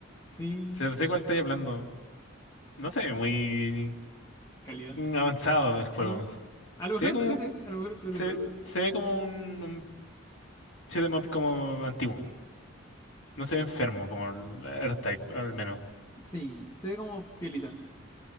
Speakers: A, on the left; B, on the left.
A: Sí,
B: Se sé cuál estoy hablando. No se ve muy
A: calidad.
B: avanzado el juego.
A: No. A lo
B: Se
A: mejor
B: ve como,
A: entrete, a lo mejor entrete,
B: se,
A: pero
B: se ve como un, un shoot'em up como antiguo. No se ve enfermo como el R-Type, al menos.
A: sí, se ve como piolita.